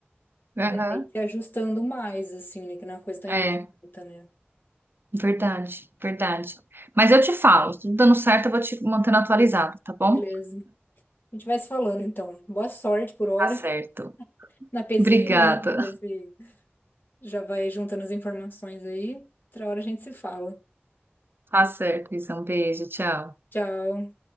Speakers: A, on the right (about 60°); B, on the left (about 55°).
A: Aham.
B: ir se ajustando mais, assim, né? Que não é uma coisa tão
A: É,
B: imediata, né?
A: verdade, verdade. Mas eu te falo, se tudo dando certo, eu vou te mantendo atualizado, tá bom?
B: Beleza. A gente vai se falando, então. Boa sorte por hora
A: Tá certo.
B: <laughs> na pesquisa,
A: Obrigada.
B: né? Pra ver se já vai juntando as informações aí. Outra hora a gente se fala.
A: Tá certo, Isa. Um beijo, tchau.
B: Tchau.